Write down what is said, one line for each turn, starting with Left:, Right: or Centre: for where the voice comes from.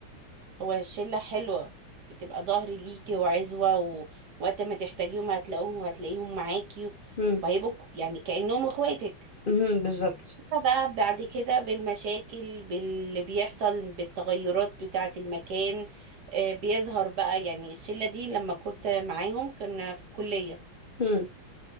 Right: هو الشلة حلوة بتبقى ظهري ليكي وعزوة ووقت ما تحتاجيهم هتلاقوهم وهتلاقيهم معاكي
Left: امم
Right: وهيبقوا يعني كأنهم اخواتك
Left: امم بالظبط
Right: بقى بعد كده بالمشاكل باللي بيحصل بالتغيرات بتاعة المكان آه، بيظهر بقى يعني الشلة دي لما كنت معاهم كنا في الكلية
Left: امم